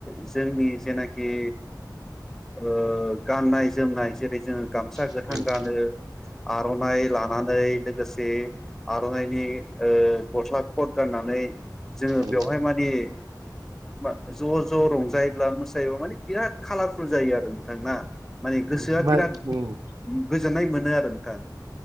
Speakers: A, in the centre; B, on the right (about 55°).
A: जोंनि जेनाखि गाननाय जोमनाय जेरै जोङो गाम सा गोथां
B: ओं
A: गानो आर'नाइ लानानै लोगोसे आर'नाइनि गस्ला ख'द गाननानै जोङो
B: ओं
A: बेवहाय मानियो मा ज' ज' रंजायोब्ला मोसायोब्ला माने बिराद कालारफुल जायो आरो नोंथां ना माने गोसोआ
B: ओं मा
A: बिराद
B: ओम
A: गोजोननाय मोनो आरो नोंथां